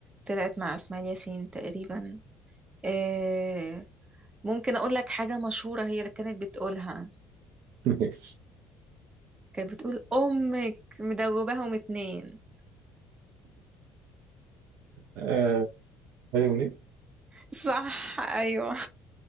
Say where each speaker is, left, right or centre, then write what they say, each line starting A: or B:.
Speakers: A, on the right (about 25°); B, on the right (about 60°).
A: طلعت مع إسماعيل ياسين تقريبا آه، ممكن أقول لك حاجة مشهورة هي اللي كانت بتقولها
B: <laughs> ماشي
A: كانت بتقول أمك مدوباهم اتنين
B: آه هاني منيب
A: <laughs> صح أيوه